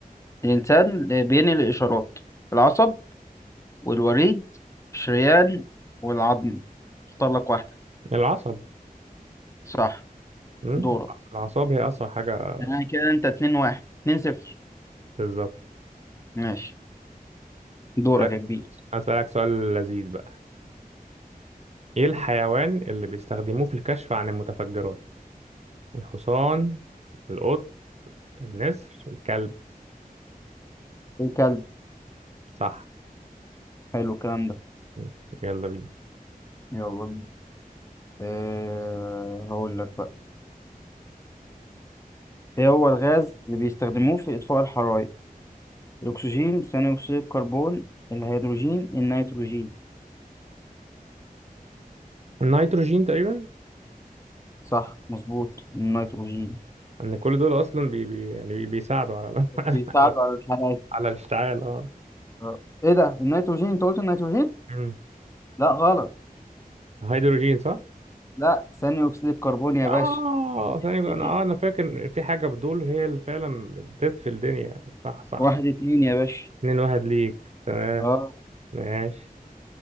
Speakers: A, on the left; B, on the right.
A: الإنسان بينقل الإشارات العصب والوريد الشريان والعظم اختار لك واحدة
B: العصب
A: صح
B: مم،
A: دورك
B: الأعصاب هي أسرع حاجة
A: يعني كده أنت اتنين واحد اتنين صفر
B: بالظبط
A: ماشي دورك
B: أسألك
A: يا كبير
B: أسألك سؤال لذيذ بقى إيه الحيوان اللي بيستخدموه في الكشف عن المتفجرات؟ الحصان القط النسر الكلب
A: الكلب
B: صح
A: حلو الكلام ده
B: م. يلا بينا
A: يلا بينا. أه هقول لك ايه هو الغاز اللي بيستخدموه في اطفاء الحرائق الاكسجين ثاني اكسيد الكربون الهيدروجين النيتروجين
B: النيتروجين تقريبا
A: صح مظبوط النيتروجين
B: ان كل دول اصلا بي بي يعني بي بيساعدوا على <laughs> على
A: بيساعدوا
B: على,
A: على الحرق انا
B: على الاشتعال اه
A: آه. ايه ده النيتروجين انت قلت النيتروجين
B: مم.
A: لا غلط
B: هيدروجين صح
A: لا ثاني اكسيد الكربون يا
B: اه
A: باشا
B: ثانية
A: إيه.
B: انا اه انا فاكر في حاجة في دول هي اللي فعلا بتطفي الدنيا صح صح
A: واحد اتنين يا باشا
B: اتنين واحد ليك تمام
A: اه
B: ماشي